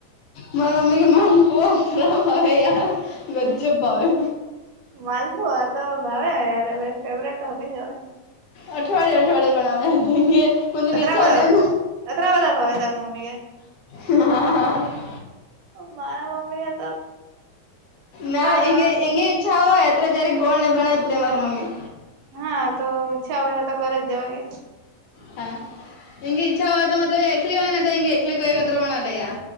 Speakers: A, on the left; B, on the right.
A: મારા મમ્મી કે માર બ ખરાબ આવે યાર ગજ્જબ ભાવે.
B: માલકુવા આ તો ભાવે યાર હવે ફેવરેટ તો હોવી ને હવે.
A: અઠવાડે અઠવાડે બનાવે્યાે મતલબ
B: અતરા
A: ઈચ્છા
B: બધા
A: હો જના.
B: અતરા બધા ભાવે તાર મમ્મી કે.
A: હા હા.
B: મારા મમ્મી એ.
A: ના
B: પણ
A: એ એની ઈચ્છા હોય અત્ર જય્યારે ગોળ ને બનાતે મારી મમ્મી
B: હા તો ઓછા હોય તો કર જ દેવાગે
A: હા એમની ઈચ્છા હોય તો મતલબ એકલી હોય ને તો હંગ એકલીક વદ્ર પણ અ લ્યા